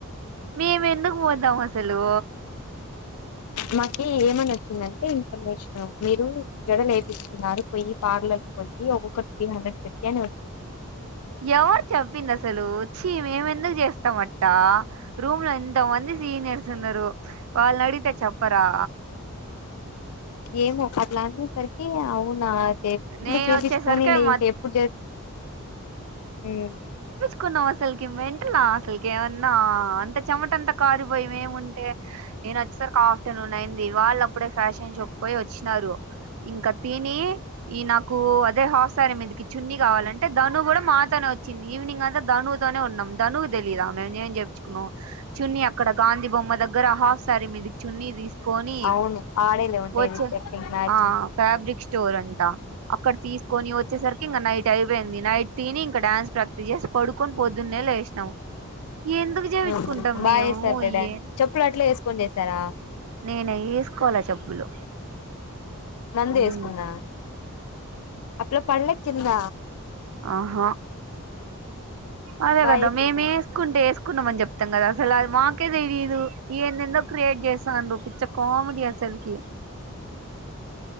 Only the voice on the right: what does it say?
మేము ఎందుకు పోతాం అసలు
ఎవరు చెప్పింది అసలు ఛీ మేమెందుకు చేస్తాం అట్ట రూమ్ లో ఎంత మంది సీనియర్స్ ఉన్నారు వాళ్ళనడిగితే చెప్పరా
నేను
వచ్చేసరికి
మ
కున్నాం అసలుకి మెంటలా అసలుకి ఏమన్నా అంత చెమటంత కారిపోయి మెముంటే నేను వచ్చేసరికి ఆఫ్టర్నూన్ అయింది. వాళ్ళు అప్పుడే ఫ్యాషన్ షోకి పోయి వచ్చినారు. ఇంకా తిని ఈ నాక్ కూ అదే ఆఫ్ సారి మీదకి చున్నీ కావాలంటే ధను కూడా మా తను వచ్చింది ఈవినింగ్ అంతా ధనువుతోనే ఉన్నాం ధనువు తెలీయదా మేము ఎం చెపిచ్చుకున్నాం చున్ని అక్కడ గాంధీ బొమ్మ దగ్గర హ సారి మీదికి చున్ని తీసుకొని
వచ్చే
ఆ ఫాబ్రిక్ స్టోర్ అంట అక్కడ తీసుకొని వచ్చేసరికి ఇంకా నైట్ అయిపోయింది నైట్ తిని ఇక డాన్స్ ప్రాక్టీస్ చేసి పడుకుని పొద్దున్నే లేసినాము. ఎందుకు చేయించుకుంటాం
మేము
ఏ
నేనసుకోలే చెప్పులు
ఉమ్,
ఆహ అదే
కదా
మేము ఏసుకుంటే ఎస్ కున్నామని చెప్తాం కదా అసల మాకే తెలీదు ఏందో ఏందో క్రియేట్ చేస్ దండు పిచ్చ కామెడి అసలుకి